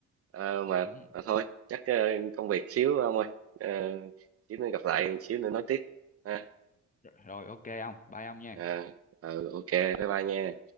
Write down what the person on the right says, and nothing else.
Ờ, mà,
mà thôi chắc ờ, công việc xíu ông ơi Ờ, xíu nữa gặp lại xíu nữa nói tiếp ha
Ờ, ừ, ok bye bye nha